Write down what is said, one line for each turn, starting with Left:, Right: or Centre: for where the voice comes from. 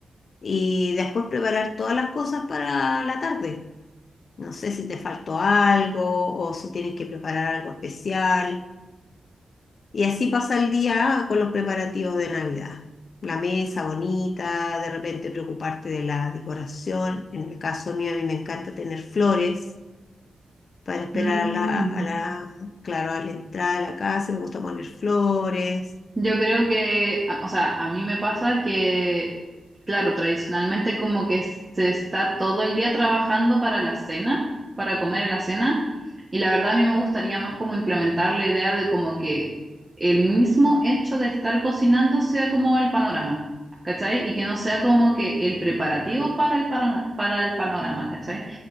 Left: y después preparar todas las cosas para la tarde. No sé si te faltó algo o si tienes que preparar algo especial. Y así pasa el día con los preparativos de Navidad. La mesa bonita, de repente preocuparte de la decoración. En el caso mío, a mí me encanta tener flores para esperar
Right: mm.
Left: a la, a la, claro, a la entrada de la casa. Me gusta poner flores.
Right: Yo creo que, a- o sea, a mí me pasa que, claro, tradicionalmente como que s- se está todo el día trabajando para la cena, para comer en la cena, y la verdad a mí me gustaría más como implementar la idea de como que el mismo hecho de estar cocinando sea como el panorama, ¿cachai? Y que no sea como que el preparativo para el, para, para el panorama, ¿cachai?